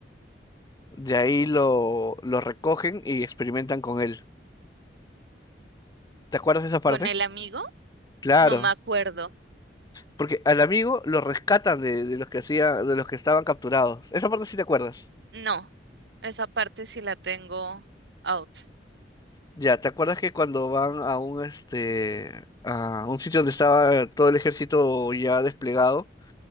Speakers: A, on the left; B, on the right.
A: De ahí lo, lo recogen y experimentan con él. ¿Te acuerdas de esa parte?
B: con el amigo,
A: Claro,
B: no me acuerdo.
A: porque al amigo lo rescatan de, de los que hacía, de los que estaban capturados. Esa parte sí te acuerdas.
B: No, esa parte sí la tengo out.
A: Ya, ¿te acuerdas que cuando van a un este a un sitio donde estaba todo el ejército ya desplegado